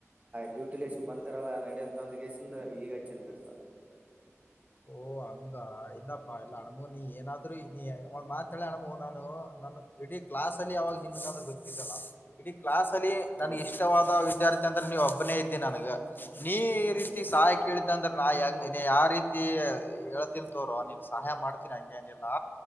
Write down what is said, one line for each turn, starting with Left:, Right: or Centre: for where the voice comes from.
Right: ಡ್ಯೂಟೆಲಿಸಿ ಬಂದಿರಲ್ಲ ನಡಿ ಅಂತ ಅಂದಗೆಸಿ ಇಗ ಹೆಚ್ಚಿನ್ನ ರಿ ಸರ್
Left: ಓ ಹಂಗ ಇಲ್ಲಪ್ಪಾ ಇಲ್ಲ ಅಣಬು ನೀ ಏನಾದ್ರು ನೀ ಒಂದ ಮಾತ ಹೇಳಿ ಅಣಬು ನಾನು ನ ಇಡ ಕ್ಲಾಸ್ ಅಲ್ಲಿ ಅವಾಗ ನಿಮಗಾದ್ರೆ ಗೊತ್ತಿತ್ತಲ್ಲ ಇಡೀ ಕ್ಲಾಸ್ ಅಲಿ ನನ್ಗ
Right: ಹೌದ್ರಿ
Left: ಇಷ್ಟವಾದ ವಿದ್ಯಾರ್ಥಿ ಅಂದ್ರೆ ನೀನ ಒಬ್ಬನೇ ಇದ್ದೀ ನನ್ಗ ನೀ ಈ ರೀತಿ
Right: ಇಲ್ಲ ಸರ್
Left: ಸಹಾಯ ಕೇಳಿತ ಅಂದ್ರ ನಾ ಹೆಂಗ ಯಾವ ರೀತಿ ಹ ಹೇಳತೀನ್ ತೋರ ನೀನ್ ಸಹಾಯ ಮಾಡ್ತೀನಿ ಹಂಗೇನಿಲ್ಲಾ